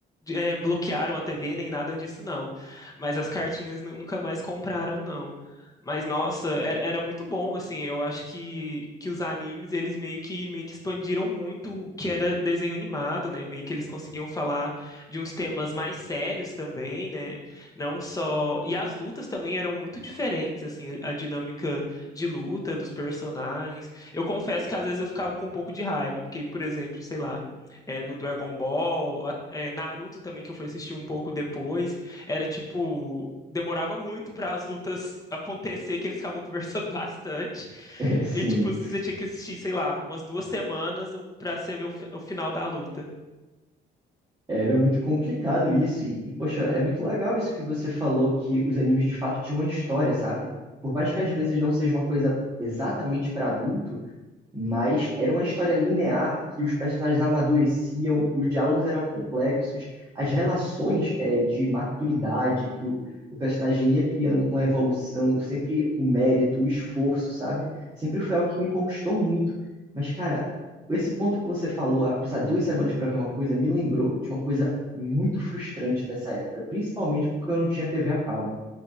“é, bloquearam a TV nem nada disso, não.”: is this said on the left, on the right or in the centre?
Left